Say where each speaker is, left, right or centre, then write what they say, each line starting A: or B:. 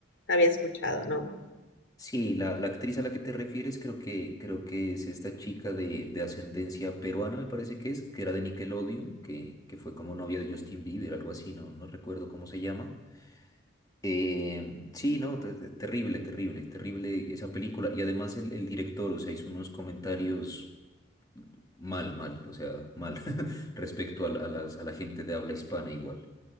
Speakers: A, on the left; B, on the left.
A: Había escuchado, ¿no?
B: Sí, la, la actriz a la que te refieres creo que, creo que es esta chica de, de ascendencia peruana, me parece que es, que era de Nickelodeon, que, que fue como novia de Justin Bieber, algo así, no, no recuerdo cómo se llama. Eh, sí, no, te- te- terrible, terrible, terrible esa película. Y además el, el director, o sea, hizo unos comentarios Mal, mal, o sea, mal <laughs> respecto a, la- a las, a la gente de habla hispana igual.